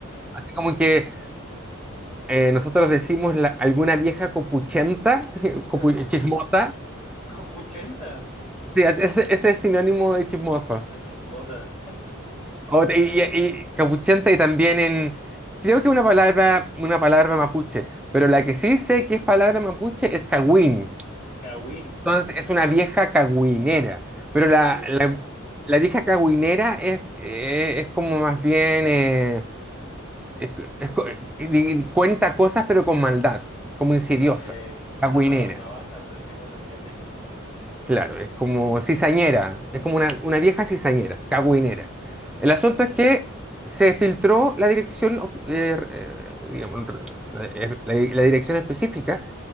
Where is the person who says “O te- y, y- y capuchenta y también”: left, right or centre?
Centre